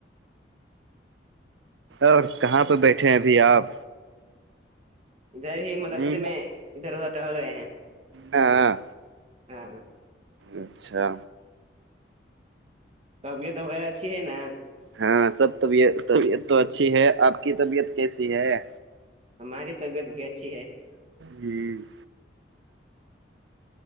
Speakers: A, on the right (about 80°); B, on the right (about 35°).
A: اور کہاں پہ بیٹھے ہیں ابھی آپ
B: ادھر ہی مدرسے
A: ہ
B: میں ادھر ادھر ٹہل رہے ہیں
A: ہاں
B: ہاں
A: اچھا
B: طبیعت وغیرہ اچھی ہے نا
A: ہاں سب طبیت طبیعت تو اچھی ہے آپ کی طبیعت کیسی ہے
B: ہماری طبیعت بھی اچھی ہے
A: جی